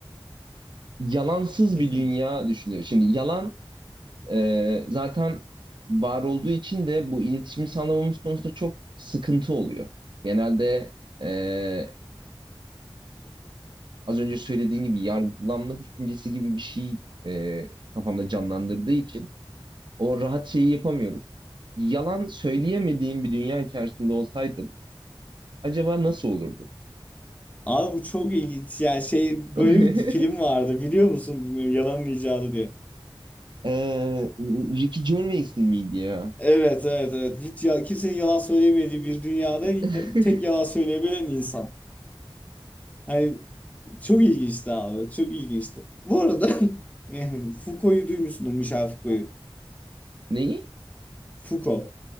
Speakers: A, on the right; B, on the left.
A: yalansız
B: <laughs>
A: bir dünya düşünüyor. Şimdi yalan e, zaten var olduğu için de bu iletişimi sağlamamız konusunda çok sıkıntı oluyor. Genelde e, az önce söylediğim gibi yargılanma düşüncesi gibi bir şey e, kafamda canlandırdığı için o rahat şeyi yapamıyoruz. Yalan söyleyemediğim bir dünya içerisinde olsaydım acaba nasıl olurdu?
B: Abi bu çok ilginç yani şey
A: <laughs>
B: böyle bir film vardı biliyor musun bilmiyorum yalanın icadı diye.
A: Ee, Ricky Gervais'in miydi ya?
B: Evet evet evet hiç ya, kimsenin yalan söyleyemediği bir dünyada ilk-
A: <laughs>
B: tek yalan söyleyebilen insan. Hani Çok ilginçti abi. Çok ilginçti. Bu arada <laughs> yani Foucault'u duymuşsundur Michel Foucault'u.
A: Neyi?
B: Foucault.